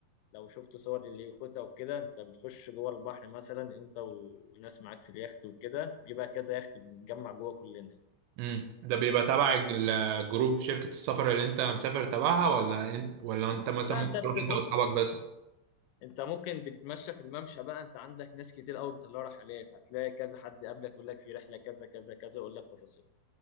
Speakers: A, on the left; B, on the right.
A: لو شفت صور لليخوتة وكده انت بتخش جوه البحر مثلا انت وناس معاك في اليخت وكده بيبقى كذا يخت بنتجمع جوه كلنا
B: امم ده بيبقى تبع الج- الجروب شركه السفر اللي انت مسافر تبعها ولا انت ولا انت مثلا
A: لا
B: ممكن
A: انت بتبص
B: تروح انت واصحابك بس
A: انت ممكن بتتمشى في الممشى بقى انت عندك ناس كتير قوي بيطلعوا رحلات هتلاقي كذا حد قبلك يقول لك في رحله كذا كذا كذا يقول لك تفاصيل